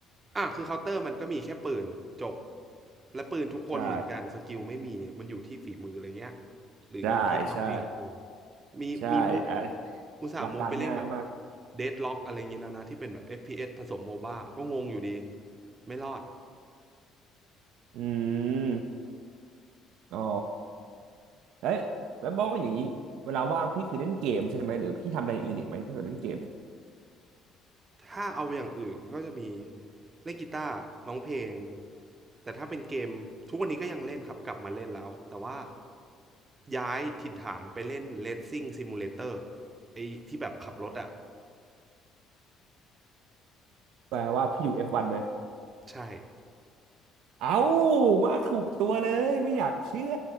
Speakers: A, on the right; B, on the right.
A: อ่าคือเคาน์เตอร์มันก็มีแค่ปืนจบและปืนทุกคนเหมือนกันสกิลไม่มีมันอยู่ที่ฝีมืออะไรเงี้ย
B: ใช่
A: หรืออยู่ที่ทำไม่ตรง
B: ใช่ใช่
A: มีมีมุก
B: ใช่อ่ะ
A: อุตส่าห์มุกไปเล่นแบบ
B: หลักการง่ายมาก
A: เดดล็อกอะไรเงี้ยแล้วนะที่เป็นแบบ FPS ผสมโมบ้าก็งงอยู่ดีไม่รอด
B: อืมอ๋อเอ้ยแล้วบอกอย่างนี้เวลาว่างพี่คือเล่นเกมใช่ไหมหรือพี่ทำอะไรอื่นอีกไหมถ้าเกิดเล่นเกม
A: ถ้าเอาอย่างอื่นก็จะมีเล่นกีตาร์ร้องเพลงแต่ถ้าเป็นเกมทุกวันนี้ก็ยังเล่นครับกลับมาเล่นแล้วแต่ว่าย้ายถิ่นฐานไปเล่น Racing Simulator ไอ้ที่แบบขับรถอะ
B: แปลว่าพี่อยู่ F1 ไหม
A: ใช่
B: เอ้ามาถูกตัวเลยไม่อยากเชื่อ